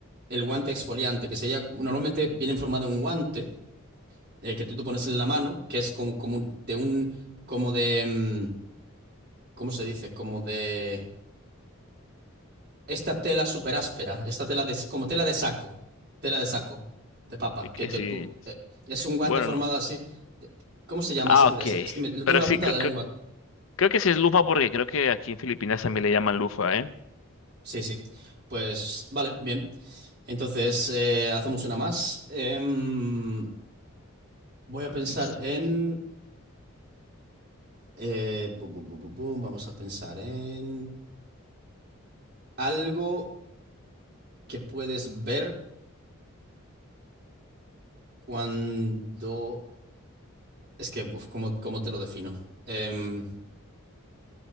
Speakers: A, on the right; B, on the left.
A: el guante exfoliante, que sería, normalmente viene en forma de un guante eh, que tú te pones en la mano, que es como, como un- de un, como de, mm, ¿cómo se dice? Como de... Esta tela súper áspera, esta tela de, como tela de saco, tela de saco, de papa,
B: Es que
A: que te-
B: sí.
A: tú, eh, es un guante
B: Bueno,
A: formado
B: no-
A: así. De- ¿Cómo se llama
B: ah,
A: ese?
B: ok.
A: Es, es que me- lo tengo
B: Pero
A: en la
B: sí,
A: punta
B: creo,
A: de la
B: creo,
A: lengua.
B: creo que sí es lufa porque creo que aquí en Filipinas también le llaman lufa, ¿eh?
A: Sí, sí. Pues vale, bien. Entonces eh, hacemos una más. Em, voy
B: Bueno,
A: a pensar
B: listo.
A: en... eh, bu- bu- bu- bu- bu, vamos a pensar en algo que puedes ver cuando... Es que, uf, ¿cómo, cómo te lo defino? Em,